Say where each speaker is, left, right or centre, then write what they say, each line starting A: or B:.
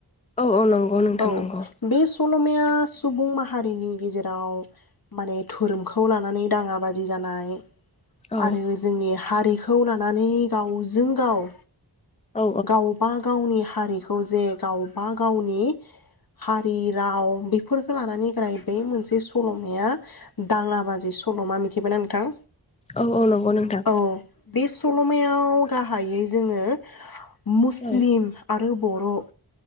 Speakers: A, on the left; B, on the left.
A: औ औ नंगौ नोंथां
B: औ
A: नंगौ
B: बे सल'माया सुबुं माहारिनि गेजेराव माने धोरोमखौ लानानै दाङा बाजि जानाय
A: औ
B: आरो जोंनि हारि खौ लानानै गावजों गाव
A: औ
B: गावबा गावनि हारिखौ जे गावबा गावनि हारि राव बेफोरखौ लानानै ग्राय बे मोनसे सल'माया दाङा बाजि सल'मा मि थिबायना नोंथां?
A: औ औ नंगौ नोंथां।
B: औ बे स मायाव गाहायै जोङो मुस्लिम
A: औ
B: आरो बर'